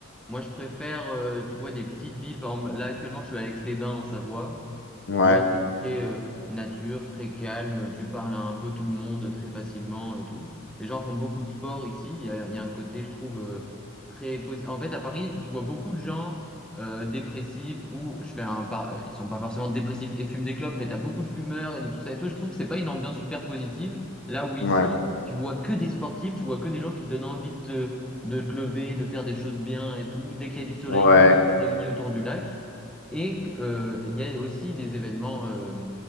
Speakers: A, in the centre; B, on the left (about 55°).
A: moi je préfère, euh, tu vois, des petites villes. Par exemple, là actuellement, je suis à Aix-les-Bains en Savoie.
B: Ouais,
A: Tu vois, c'est très euh, nature, très calme. Tu parles à un peu tout le monde très facilement et tout. Les gens font beaucoup de sport ici. Il y a, il y a un côté, je trouve, euh, très positif. En fait, à Paris, tu vois beaucoup de gens euh, dépressifs ou je fais un par... euh, ils sont pas forcément dépressifs et fument des clopes, mais tu as beaucoup de fumeurs et de tout ça et tout. Je trouve que c'est pas une ambiance super positive. Là où ici,
B: ouais,
A: tu vois que des sportifs, tu vois que des gens qui te donnent envie de te, de te lever, de faire des choses bien et tout. Dès qu'il y a du soleil,
B: ouais.
A: tout le monde se réunit autour du lac. Et euh, il y a aussi des événements euh,